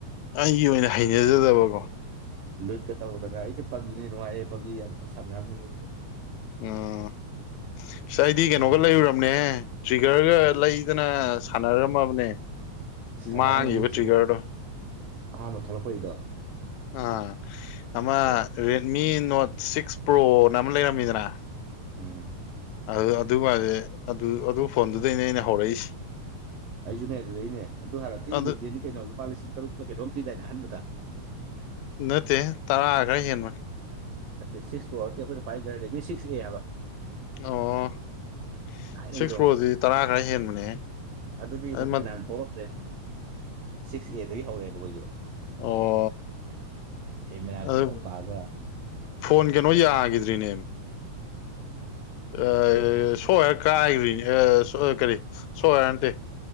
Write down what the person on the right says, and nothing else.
ꯂꯨꯠꯀ ꯇꯧꯗꯅ ꯑꯩꯣ ꯄꯕꯖꯤꯅꯦ ꯅꯨꯡꯉꯥꯏꯌꯦ ꯄꯕꯖꯤ ꯌꯥꯔ ꯁꯥꯟꯅꯔꯝꯃꯤ ꯃꯤ
ꯄꯞꯖꯤꯒꯤ
ꯁꯥꯟꯅꯔꯝꯃꯤ
ꯑꯩꯖꯨ ꯇ꯭ꯔꯤꯒꯔ
ꯑꯍꯥꯟꯕ ꯊꯣꯛꯂꯛꯄꯩꯗꯣ
ꯑꯗꯨꯗ
ꯎꯝ
ꯑꯩꯁꯨꯅꯦ ꯑꯗꯨꯗꯩꯅꯦ ꯑꯗꯨ ꯍꯥꯟꯅ ꯊꯤ
ꯂꯩꯖꯦꯟꯅꯤ ꯀꯩꯅꯣ ꯂꯨꯄꯥ ꯂꯤꯁꯤꯡ ꯇꯔꯨꯛꯇ ꯀꯩꯅꯣꯝ ꯄꯤꯗꯥꯏꯅꯦ ꯑꯍꯟꯕꯗ
ꯅꯠꯇꯦ ꯁꯤꯛꯁ ꯄꯔꫭ ꯅꯠꯇꯦ ꯑꯩꯈꯣꯏꯅ ꯄꯥꯏꯗꯨꯅ ꯔꯦꯠꯃꯤ ꯁꯤꯛꯁ ꯑꯦ ꯍꯥꯏꯕ
ꯊꯥꯏꯅꯒꯤꯗꯣ
ꯑꯗꯨꯗꯤ ꯑꯃꯨꯛ
ꯐꯅꯌꯥꯝ ꯊꯣꯛꯂꯛꯇ꯭ꯔꯦ ꯁꯤꯛꯁ ꯑꯦꯗꯒꯤ ꯍꯧꯔꯛꯑꯦꯕ ꯑꯩꯈꯣꯏꯁꯨ
ꯀꯦꯃꯦꯔꯥꯒ
ꯑꯃꯇꯪ ꯄꯥꯜꯂꯒ